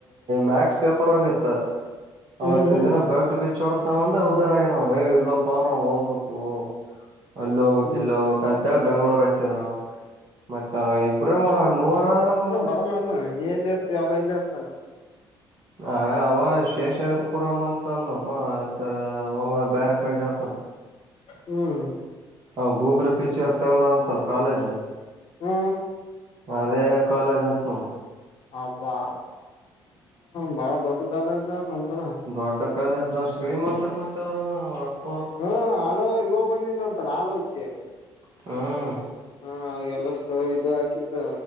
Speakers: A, on the right (about 40°); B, on the left (about 45°).
A: ಮ್ಯಾಕ್ಸ್ ಪೇಪರ್ ಹೋಗಿತ್ತ
B: ಹ್ಮ್
A: ಹತ್ತಿನ ದಿನ ಬೆಲ್ಟ್ ಬಿ ಚೋಡ ಸಂಬಂಧ ಉದ್ದಾರ ಆಗ ನಾವ್ ಇಲ್ಲೋಪ್ಪ ನಾವ್ ಓದ್ಬೇಕು ಅಲ್ಲ ಹಬ
B: ಹ್ಮ್
A: ಕಿಿಲ್ಲೋ ಕಂತ ಬೆಂಗ್ಳೂರ್ ಹಚ್ಚಿದ್ ಮತ್ತ ಇಬ್ರ ಮೂರಾರ ಮ
B: ಬರಲ್ಲಾನ ನೀ ಎಲ್ಲಿ ಇರ್ತೀ ಅವ ಎಲ್ಲಿ ಇರ್ತಾನ
A: ಆ ಅವ ಶೇಷಾದ್ರಪುರಮ ಅಂತನಪ್ಪ ಅವ ಬೇರೆ ಕಡೆಗೆ ಇರ್ತಾನ
B: ಹ್ಮ್
A: ಅವ ಗೂಗಲ್ ಪಿಕ್ಚರ್ ತಗದಾರಂತಲ್ಲ ಕಾಲೇಜ್
B: ಹಾ
A: ಅದೇ ಕಾಲೇಜ್ ಅಂತ ನೋಡು
B: ಅಬಾ ಬಾಳ ದೊಡ್ಡ ಕಾಲೇಜ ನಮ್ದ್ರ
A: ದೊಡ್ಡ ಕಾಲೇಜ್ ಶ್ರೀಮಂತ್ ಮತ್ತ ಅವರು ಅಪ್ಪ
B: ಹ್ಮ ಹಲೋ ಇವ ಬಂದಿದ್ದಂತಲ್ಲ ಆಲೋಕೆ
A: ಹ್ಮ
B: ಹ ಅವಾಗೆಲ್ಲ ಸ್ಟೋವ್ ಇದು ಹಾಕಿದ್ದ